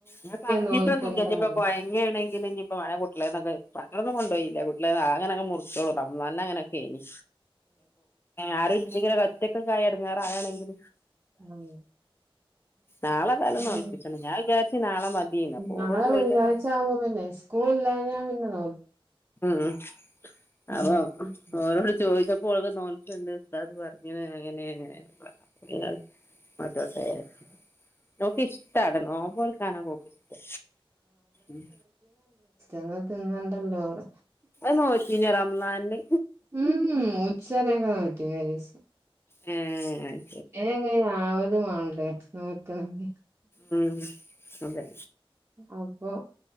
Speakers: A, on the left; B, on the right.
A: ഞ പറഞ്ഞിട്ട്ൊന്നും
B: നോൽക്കണ്ടാന്ന്
A: ഇനിയിപ്പോ കൊഴങ്ങ ആണെങ്കിൽ ഇനിയിപ്പോ മറ്റെ കുട്ടികളെന്നൊക്കെ പത്രൊന്നും കൊണ്ടോയിട്ടില്ല അങ്ങനെ മുറിച്ചോളൂ റമളാനിൽ അങ്ങനൊക്കെ ഏനി. ആരൂല്ലെങ്കിലൊക്കെ ഒറ്റ കായ അടങ്ങാറ ആയാണെങ്കിൽ
B: ആ
A: നാളെ ഏതായാലും
B: ഉ
A: നോൽപ്പിച്ചണം ഞാൻ വിചാരിച്ച് നാളെ മതീന്ന് അപ്പൊ
B: നാളെ
A: ഓളോട് ചോദിച്ചപ്പോ
B: വെള്ളിയാഴ്ച ആവുമ്പോ പിന്നെ സ്കൂള ഇല്ല ഞാൻ പിന്നെ നോ
A: ഉം
B: ഉം.
A: അപ്പൊ ഓരോട് ചോദിച്ചപ്പോൾക്കെ നോൽ ഉസ്താദ് പറഞ്ഞിന്. അങ്ങനെ ഇങ്ങനെ ഒക്കെ പറഞ്ഞു അപ്പൊ ഞാൻ നോറ്റോട്ടെ വിചാരിച്ചു നോക്ക ഇഷ്ട നോമ്പോലക്കാനക്ക ഇഷ്ട ഉ
B: എന്നാൽ തിന്നണ്ടല്ലോ പറ
A: അത് നോറ്റീനോ റംളാനില്
B: ഉ ഉച്ചനൊക്കെ പറ്റി ദിവസം
A: ഉം ആ
B: കൈ ആവതു മാണ്ടേ നോക്കണെങ്കി
A: ഉം അതെ
B: അപ്പൊ